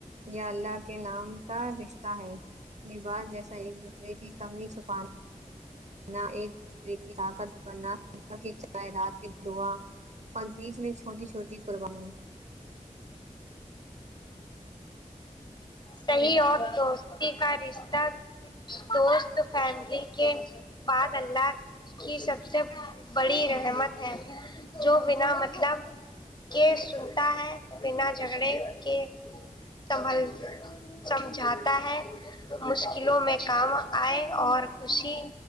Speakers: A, on the right; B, on the left.
A: یا اللہ کے نام کا رشتہ ہے لباس جیسا ایک دوسرے کی کمی چھپانے نہ ایک دوسرے کی طاقت ا صب کی چائے رات کے دعا اور بیچ میں چھوٹی چھوٹی قربانی
B: صحیح اور دوستی کا رشتہ دوست فیملی کے بعد اللہ کی سب سے بڑی رحمت ہے جو بنا مطلب کے سنتا ہے بنا جھگڑے کے سنبھل سمجھاتا ہے مشکلوں میں کام آئے اور خوشی